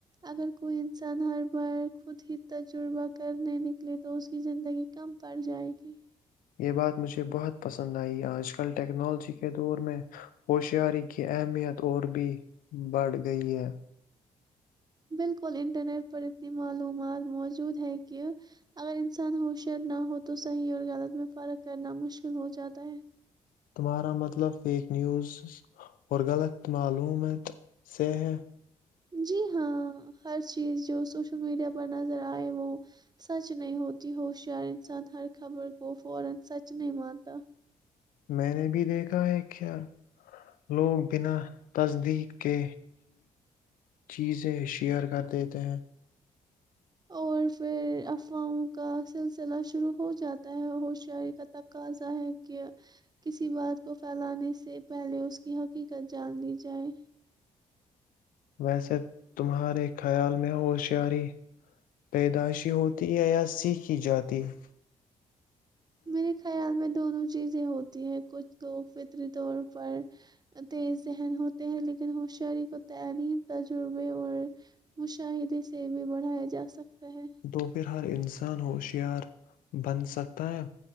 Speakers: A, on the right; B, on the left.
A: اگر کوئی انسان ہر بار خود ہی تجربہ کرنے نکلے تو اس کی زندگی کم پڑ جائے گی
B: یہ بات مجھے بہت پسند آئی آج کل ٹیکنالوجی کے دور میں ہوشیاری کی اہمیت اور بھی بڑھ گئی ہے
A: بالکل انٹرنیٹ پر اتنی معلومات موجود ہے کہ اگر انسان ہوشیار نہ ہو تو صحیح اور غلط میں فرق کرنا مشکل ہو جاتا ہے
B: تمہارا مطلب فیک نیوز اور غلط معلومات سے ہے
A: جی ہاں ہر چیز جو سوشل میڈیا پر نظر ائے وہ سچ نہیں ہوتی ہو شہر انسان ہر خبر کو فورا سچ نہیں مانتا
B: میں نے بھی دیکھا ہے کیا لوگ بنا تصدیق کے چیزیں شیئر کر دیتے ہیں
A: اور پھر افواہوں کا سلسلہ شروع ہو جاتا ہے ہوشیاری کا تقاضا ہے کہ کسی بات کو پھیلانے سے پہلے اس کی حقیقت جان لی جائے
B: ویسے تمہارے خیال میں ہوشیاری پیدائشی ہوتی ہے یا سیکھی جاتی ہے
A: میرے خیال میں دونوں چیزیں ہوتی ہیں کچھ لوگ فطری طور پر تیز ذہن ہوتے ہیں لیکن ہوشیاری کو تعلیم تجربے اور مشاہدے سے بھی بڑھایا جا سکتا ہے
B: تو پھر ہر انسان ہوشیار بن سکتا ہے اور